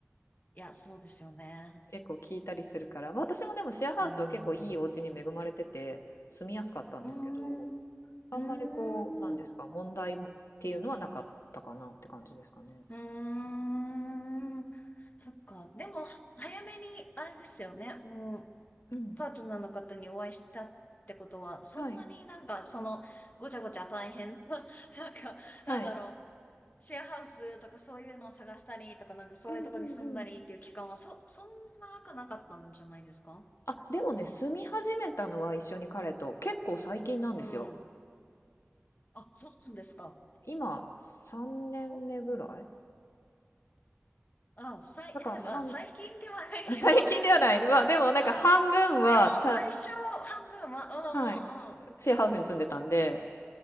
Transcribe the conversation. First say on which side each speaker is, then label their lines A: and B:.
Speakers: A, on the left (about 35°); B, on the left (about 75°).
A: いや、そうですよね。
B: 結構聞いたりするから、まあ、私もでもシェアハウスは結構いいお家に恵まれてて住みやすかったんですけど、
A: うん、うん、
B: あんまりこう、
A: うん。
B: なんですか、問題もっていうのはなかったかなって感じですかね。
A: うーん。そっか。でも、は早めに、あれですよね。もう、
B: うん。
A: パートナーの方にお会いしたってことは、そんなになんか、
B: はい。
A: その、ごちゃごちゃ大変な、<laughs> なんか、
B: はい。
A: なんだろ
B: う
A: う。シェアハウスとかそういうのを探したりとか、なんかそういうとこに住んだりっていう期間は、
B: んうんうん。
A: そ、そんな長くなかったんじゃないですか
B: あ、でもね、住み始めたのは一緒に彼と結構最近なんですよ。
A: うん。あ、そうなんですか。
B: 今3年目ぐらい
A: おあ、さい、
B: だから半、
A: まあ、最近ではないけど、
B: <laughs> 最近ではない。
A: そっか、
B: まあでもなんか半分はた、
A: そっか。でも、最初半分は、う
B: はい、
A: んうんうん。
B: シェアハウスに住んでたんで、